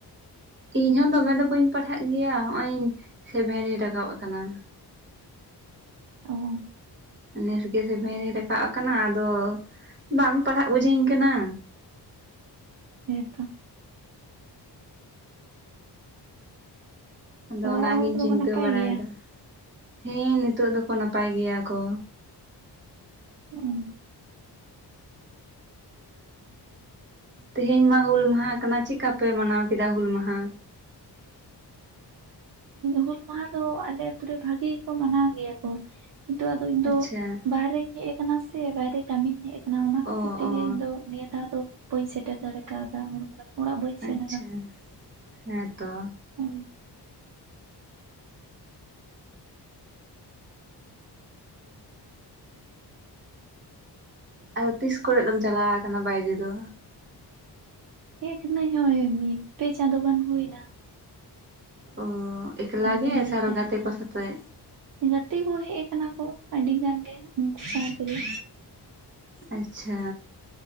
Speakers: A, on the right; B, on the right.
A: ᱤᱧ ᱦᱚᱸ ᱫᱚᱢᱮ ᱫᱚ ᱵᱟᱹᱧ ᱯᱟᱲᱦᱟᱜ ᱜᱮᱭᱟ ᱦᱚᱸᱜ-ᱚᱭ ᱥᱮᱵᱷᱮᱱᱤᱧ ᱨᱟᱠᱟᱵ ᱟᱠᱟᱱᱟ᱾
B: ᱚ
A: ᱱᱮᱥ ᱜᱮ ᱥᱮᱵᱷᱮᱱᱤ ᱨᱟᱠᱟᱵ ᱟᱠᱟᱱᱟ ᱟᱫᱚ ᱵᱟᱝ ᱯᱟᱲᱦᱟᱜ ᱵᱩᱡᱷᱟᱹᱧ ᱠᱟᱱᱟ᱾
B: ᱦᱮᱸᱻ ᱛᱚ
A: ᱟᱫᱚ
B: ᱛᱚ
A: ᱚᱱᱟᱜᱤᱧ
B: ᱚᱲᱟᱜ ᱦᱚᱲ ᱠᱚᱫᱚ
A: ᱪᱤᱱᱛᱟᱹ
B: ᱠᱚ ᱱᱟᱯᱟᱭ
A: ᱵᱟᱲᱟᱭᱮᱫᱟ
B: ᱜᱮᱭᱟ
A: ᱦᱮᱸ ᱱᱤᱛᱚᱜ ᱫᱚᱠᱚ ᱱᱟᱯᱟᱭ ᱜᱮᱭᱟ ᱠᱚ
B: ᱚᱸ
A: ᱛᱮᱦᱮᱧ ᱢᱟ ᱦᱩᱞ ᱢᱟᱦᱟ ᱠᱟᱱᱟ ᱪᱮᱫᱠᱟ ᱯᱮ ᱢᱟᱱᱟᱣ ᱠᱮᱫᱟ ᱦᱩᱞ ᱢᱟᱦᱟ?
B: ᱦᱩᱞ ᱢᱟᱦᱟ ᱫᱚ ᱟᱞᱮ ᱟᱹᱛᱩ ᱨᱮ ᱵᱷᱟᱹᱜᱤ ᱜᱮᱠᱚ ᱢᱟᱱᱟᱣ ᱜᱮᱭᱟ ᱠᱚ ᱱᱤᱛᱚᱜ ᱟᱫᱚ ᱤᱧ ᱫᱚ
A: ᱟᱪᱪᱷᱟ
B: ᱵᱟᱦᱨᱮᱧ ᱦᱮᱡ ᱟᱠᱟᱱᱟ ᱥᱮ ᱵᱟᱭᱨᱮ ᱠᱟᱹᱢᱤᱧ ᱦᱮᱡ ᱟᱠᱟᱱᱟ ᱚᱱᱮ ᱚᱱᱟ
A: ᱚ
B: ᱠᱷᱟᱹᱛᱤᱨ ᱛᱮᱜᱮ
A: ᱚ
B: ᱤᱧ ᱫᱚ ᱱᱤᱭᱟᱹ ᱫᱷᱟᱣ ᱫᱚ ᱵᱟᱹᱧ ᱥᱮᱴᱮᱨ ᱫᱟᱲᱮ ᱠᱟᱣᱫᱟ ᱚᱲᱟᱜ ᱵᱟᱹᱧ ᱥᱮᱱ
A: ᱟᱪᱷᱟ ᱦᱮᱸᱻᱛᱚ
B: ᱦᱩᱸ
A: ᱟᱫᱚ, ᱛᱤᱥ ᱠᱚᱨᱮ ᱫᱚᱢ, ᱪᱟᱞᱟᱣ ᱟᱠᱟᱱᱟ, ᱵᱟᱭᱨᱮ ᱫᱚ?
B: ᱮᱠ, ᱱᱟᱹᱭ ᱦᱚᱭ, ᱢᱤᱫ ᱯᱮ, ᱪᱟᱸᱫᱳ ᱜᱟᱱ ᱦᱩᱭ ᱮᱱᱟ
A: ᱚᱻ ᱮᱠᱞᱟ
B: ᱟᱹᱰᱤ
A: ᱜᱮ
B: ᱫᱤᱱ ᱜᱤᱧ
A: ᱥᱮ ᱟᱨᱚ
B: ᱛᱟᱦᱮᱱᱟ
A: ᱜᱟᱛᱮ ᱠᱚ ᱥᱟᱛᱮᱜ
B: ᱜᱟᱛᱮ ᱠᱚ, ᱦᱮᱜ ᱟᱠᱟᱱᱟ ᱠᱚ, ᱟᱹᱰᱤ ᱜᱟᱱ ᱜᱮ, <unintelligible> ᱩᱱᱠᱩ ᱥᱟᱹᱣ ᱛᱮᱜᱮ
A: ᱟᱪᱪᱷᱟ,